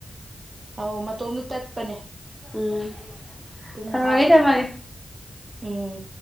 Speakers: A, on the right; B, in the centre.
A: ꯑꯧ ꯃꯇꯣꯝꯗꯨ ꯇꯠꯄꯅꯦ
B: ꯎꯝ
A: ꯄꯨꯡ
B: ꯊꯝꯃꯒꯦ
A: ꯐꯥꯔꯀꯥꯟꯗ
B: ꯊꯝꯃꯒꯦ
A: ꯎꯝ